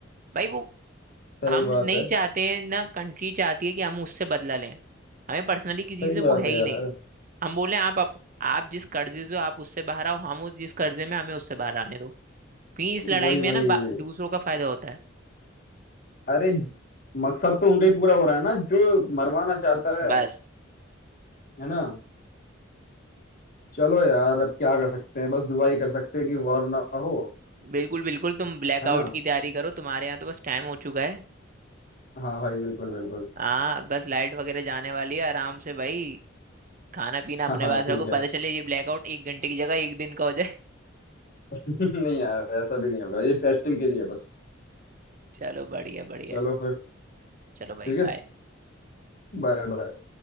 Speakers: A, on the right; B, on the left.
A: भाई वो
B: सही
A: हम नहीं
B: बात है
A: चाहते हैं ना कंट्री चाहती है कि हम उससे बदला लें हमें पर्सनली किसी
B: सही
A: से
B: बात
A: वो है
B: है
A: ही
B: यार
A: नहीं हम बोले आप, आप आप जिस कर्जे से हो आप उससे बाहर आओ हम उस जिस कर्जे में हमें उससे बाहर आने दो क्योंकि इस लड़ाई
B: वही
A: में है
B: वही
A: ना बा-
B: वही।
A: दूसरों का फायदा होता है
B: अरे मकसद तो उनका ही पूरा हो रहा है ना जो मरवाना चाहता
A: बस
B: है है ना चलो यार अब क्या कर सकते हैं बस दुआ ही कर सकते हैं कि वॉर ना हो
A: बिल्कुल बिल्कुल तुम ब्लैकआउट
B: है ना
A: की तैयारी करो तुम्हारे यहाँ तो बस टाइम हो चुका है
B: हाँ भाई बिल्कुल बिल्कुल
A: हाँ बस लाइट वगैरह जाने वाली है आराम से भाई खाना पीना अपने
B: हाँ हाँ
A: पास
B: ठीक
A: रखो
B: है
A: पता चले ये ब्लैकआउट एक घंटे की जगह एक दिन का हो जाए
B: <laughs> नहीं यार ऐसा भी नहीं होगा ये टेस्टिंग के लिए है बस
A: <laughs> चलो बढ़िया बढ़िया
B: चलो फिर
A: चलो भाई
B: ठीक है
A: बाय
B: Bye bye